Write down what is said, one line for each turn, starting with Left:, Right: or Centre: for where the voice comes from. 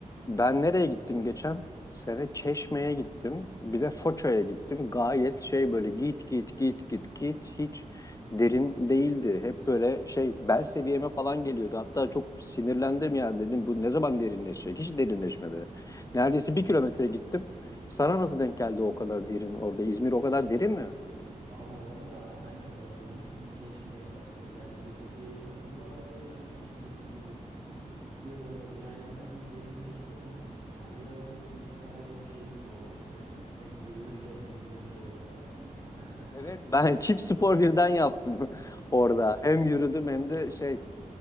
Left: ben nereye gittim geçen sene? Çeşme'ye gittim. Bir de Foça'ya gittim. Gayet şey böyle git git git git git hiç derin değildi. Hep böyle şey bel seviyeme falan geliyordu. Hatta çok sinirlendim ya dedim bu ne zaman derinleşecek? Hiç derinleşmedi. Neredeyse
Right: Evet.
Left: bir kilometre gittim. Sana nasıl denk geldi o kadar derin orada? İzmir o
Right: Abi
Left: kadar derin mi?
Right: Abi valla ben e, duymuştum Çeşme özellikle Seferihisar buralarda böyle aynı şekilde gömüldür. Git git e, yani herhangi bir derinleşme olmuyor. Yani biraz da sizinkisi abi hem şey gibi olmuş değil mi? <laughs> Hem yürüyüş hem yüzme gibi olmuş aslında. <laughs>
Left: Evet ben <laughs> çift spor birden yaptım <laughs> orada.
Right: Evet abi
Left: Hem yürüdüm hem de
Right: aynen.
Left: şey